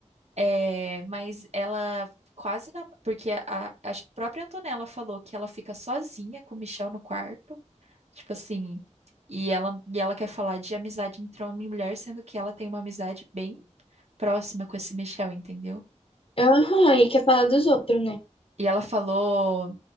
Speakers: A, on the right; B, on the left.
A: é, mas ela quase na... porque a, a a própria Antonella falou que ela fica sozinha com o Michel no quarto, tipo assim, e ela, e ela quer falar de amizade entre homem e mulher, sendo que ela tem uma amizade bem próxima com esse Michel, entendeu?
B: Aham, e quer falar dos outros, né?
A: E ela falou,